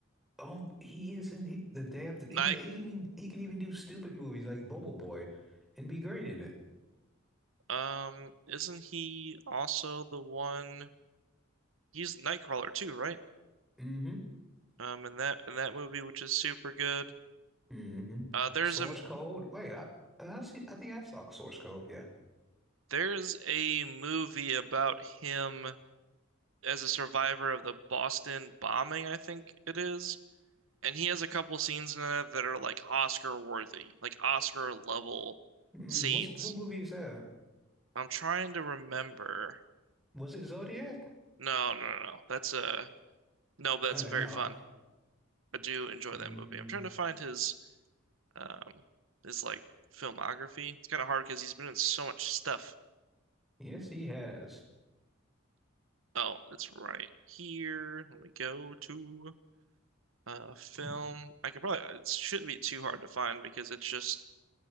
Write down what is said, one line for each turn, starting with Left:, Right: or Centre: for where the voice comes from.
Centre: Oh, he is in he, the day after.
Right: Night,
Centre: He, he even he can even do stupid movies like Bubble Boy, and be great in it.
Right: um, isn't he also the one? He's Nightcrawler too, right?
Centre: hmm
Right: Um, in that in that movie, which is super good.
Centre: hmm
Right: Uh, there's
Centre: Source
Right: a
Centre: Code. Wait, I I see. I think I saw Source Code. Yeah.
Right: there's a movie about him as a survivor of the Boston bombing, I think it is, and he has a couple scenes in it that are like Oscar worthy, like Oscar level
Centre: Mm,
Right: scenes.
Centre: what's what movie is that?
Right: I'm trying to remember.
Centre: Was it Zodiac?
Right: No, no, no, no. That's a no, but
Centre: Uh,
Right: that's very
Centre: no.
Right: fun. I do enjoy
Centre: Mm,
Right: that movie. I'm trying to find his um his like filmography. It's kind of hard because he's been in so much stuff.
Centre: yes, he has.
Right: Oh, it's right here. Let me go to uh film.
Centre: Hmm.
Right: I could probably it shouldn't be too hard to find because it's just